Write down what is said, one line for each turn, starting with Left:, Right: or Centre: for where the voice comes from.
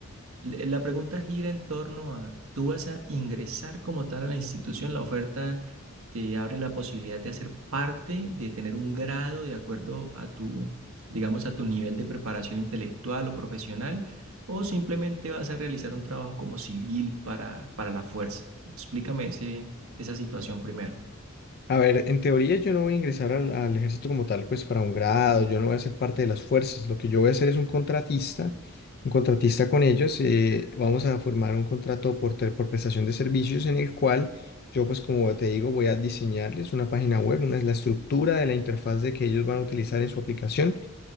Right: le- La pregunta gira en torno a, ¿tú vas a ingresar como tal a la institución? La oferta te abre la posibilidad de hacer parte, de tener un grado de acuerdo a tu, digamos, a tu nivel de preparación intelectual o profesional, o simplemente vas a realizar un trabajo como civil para, para la fuerza. Explícame ese, esa situación primero.
Left: A ver, en teoría yo no voy a ingresar al, al ejército como tal, pues para un grado, yo no voy a ser parte de las fuerzas, lo que yo voy a hacer es un contratista, un contratista con ellos, eh, vamos a formar un contrato por, ter- por prestación de servicios en el cual yo pues como te digo voy a diseñarles una página web, una es la estructura de la interfaz de que ellos van a utilizar en su aplicación